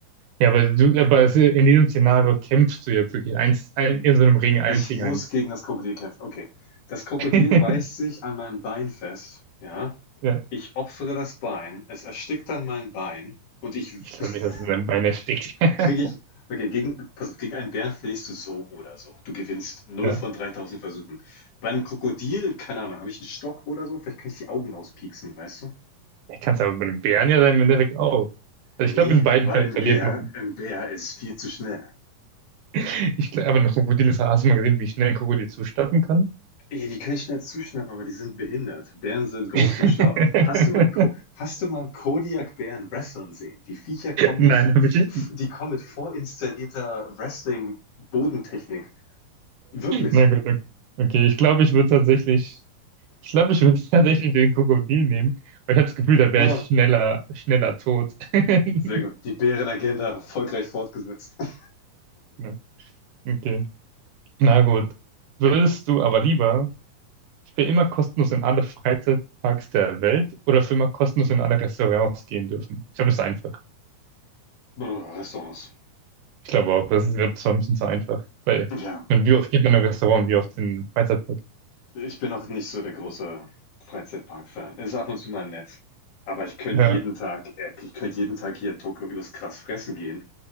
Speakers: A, on the right (about 75°); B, on the left (about 65°).
A: Ja, aber du, aber es- in diesem Szenario kämpfst du ja wirklich eins, ein, in so einem Ring eins
B: Ich
A: gegen
B: muss
A: eins.
B: gegen das Krokodil kämpfen. Okay. Das Krokodil
A: <laughs>
B: beißt sich an meinem Bein fest, ja.
A: Ja,
B: Ich opfere das Bein, es erstickt dann mein Bein und ich <laughs>
A: ich glaube nicht, dass es in deinem Bein erstickt. <laughs>
B: kriege ich okay, gegen pass auf, gegen einen Bären verlierst du so oder so. Du gewinnst null
A: Ja.
B: von 3000 Versuchen. Bei einem Krokodil, keine Ahnung, habe ich einen Stock oder so, vielleicht kann ich die Augen auspieksen, weißt du?
A: Ja, kannst aber bei einem Bären ja dann im Endeffekt auch. Also
B: Nee,
A: ich glaube, in beiden
B: weil
A: Fällen
B: ein
A: verliert
B: Bär,
A: man.
B: ein Bär ist viel zu schnell.
A: <laughs> Ich glaube, aber ein Krokodil ist, hast du mal gesehen, wie schnell ein Krokodil zustatten kann?
B: Ja, die können schnell zuschnappen, aber die sind behindert. Bären sind groß
A: <laughs>
B: und schlau. Hast du mal, Ko- hast du mal Kodiak-Bären wresteln sehen? Die Viecher kommen
A: Nein,
B: mit,
A: habe ich.
B: die kommen mit vorinstallierter Wrestling-Bodentechnik. Wirklich.
A: Na gut, okay. Okay, ich glaube, ich würde tatsächlich, ich glaube, ich würde tatsächlich den Krokodil nehmen, weil ich habe das Gefühl, da wäre
B: Ah,
A: ich schneller, schneller tot. <laughs>
B: sehr gut. Die Bärenagenda erfolgreich fortgesetzt. <laughs>
A: Ja, Okay, na gut. Würdest du aber lieber Für immer kostenlos in alle Freizeitparks der Welt oder für immer kostenlos in alle Restaurants gehen dürfen. Ich glaube, das ist einfach.
B: Brr, Restaurants.
A: Ich glaube auch, das ist, das war ein bisschen zu einfach. Weil, ich
B: Ja,
A: meine, wie oft geht man in ein Restaurant, und wie oft in einen Freizeitpark?
B: ich bin noch nicht so der große Freizeitpark-Fan. Ist ab und zu mal nett. Aber ich könnte
A: Ja,
B: jeden Tag, äh, ich könnte jeden Tag hier in Tokio übers Krass fressen gehen.